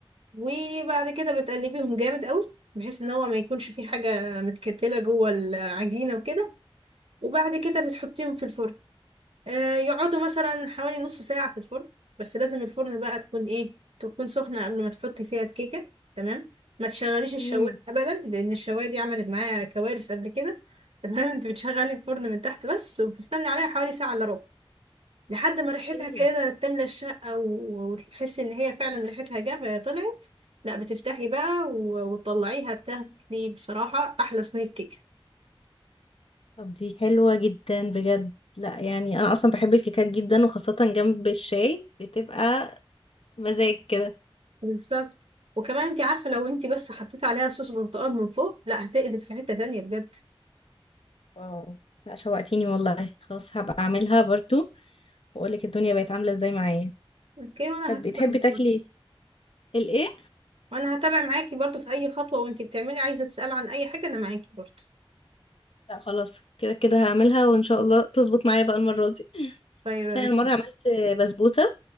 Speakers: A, on the right; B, on the left.
A: وبعد كده بتقلبيهم جامد قوي بحيث ان هو ما يكونش فيه حاجة متكتلة جوه العجينة وكده وبعد كده بتحطيهم في الفرن آه يقعدوا مثلا حوالي نص ساعة في الفرن بس لازم الفرن بقى تكون ايه تكون سخنة قبل ما تحطي فيها الكيكة تمام ما تشغليش الشواية
B: امم
A: ابدا لان الشواية دي عملت معايا كوارث قبل كده <laughs> تمام انت بتشغلي الفرن من تحت بس وبتستني عليها حوالي ساعة الا ربع لحد ما ريحتها
B: ايه
A: كده تملى الشقة و- وتحس ان هي فعلا ريحتها جا طلعت لا بتفتحي بقى و- وتطلعيها تاكلي بصراحة احلى صينية كيكة
B: طب دي حلوة جدا بجد لا يعني انا اصلا بحب الكيكات جدا وخاصة جنب الشاي بتبقى مزاج كده
A: بالظبط وكمان انت عارفة لو انت بس حطيتي عليها صوص برتقال من فوق لا هتقلب في حتة تانية بجد
B: واو لا شوقتيني والله خلاص هبقى اعملها برضو واقولك الدنيا بقت عامله ازاي معايا
A: اوكي وانا
B: طب
A: هتابع
B: بتحبي تاكلي
A: معاكي.
B: الايه
A: وانا هتابع معاكي برضو في اي خطوة وانت بتعملي عايزة تسألي عن اي حاجة انا معاكي برضو
B: لا خلاص كده كده هعملها وان شاء الله تظبط معايا بقى المره دي
A: طيب
B: عشان المره عملت بسبوسه